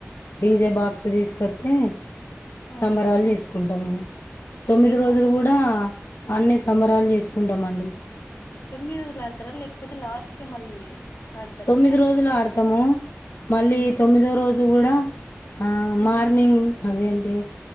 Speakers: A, on the left; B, on the left.
A: డీజే
B: హ్మ్, ఆ,
A: బాక్స్ తీసుకొత్తే
B: ఆ.
A: సంబరాలు జేసుక్ కుంటాం ఇగ తొమ్మిది
B: ఏమేం
A: రోజులు
B: పూ
A: గూడా అన్ని సంబరాలు జేసుకుంటామండి
B: తొమ్మిది రోజులాడతర లేకపోతే లాస్ట్ కి మళ్ళీ ఆడతారా
A: తొమ్మిది రోజులు ఆడతాము మళ్ళీ
B: ఉమ్
A: తొమ్మిదో రోజు గూడా ఆ
B: ఉమ్
A: మార్నింగ్ అది ఏంటి